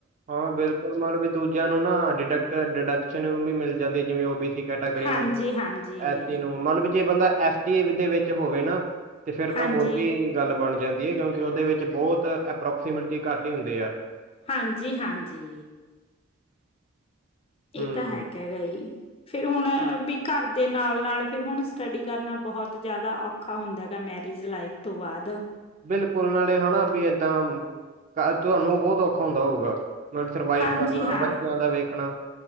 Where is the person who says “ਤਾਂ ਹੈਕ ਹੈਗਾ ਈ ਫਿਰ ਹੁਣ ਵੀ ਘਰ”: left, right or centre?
Left